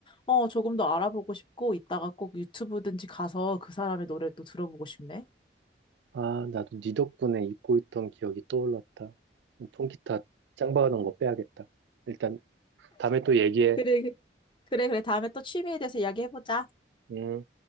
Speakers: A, on the left; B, on the right.
A: 어 조금 더 알아보고 싶고 이따가 꼭 유튜브든지 가서 그 사람의 노래를 또 들어보고 싶네.
B: 아, 나도 네 덕분에 잊고 있던 기억이 떠올랐다. 통기타 짱 박아놓은 거 빼야겠다. 일단 다음에 또 얘기해.
A: 그래, 그래, 그래. 다음에 또 취미에 대해서 이야기해보자.
B: 음.